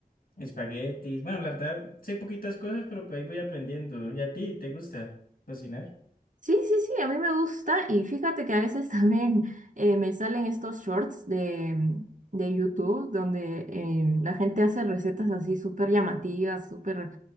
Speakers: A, on the left (about 80°); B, on the right (about 55°).
A: espaguetis. Bueno, la verdad, sé poquitas cosas, pero pues ahí voy aprendiendo. ¿Y a ti te gusta cocinar?
B: Sí, sí, sí, a mí me gusta y fíjate que a veces <laughs> también eh, me salen estos shorts de, de YouTube donde eh, la gente hace recetas así súper llamativas, súper,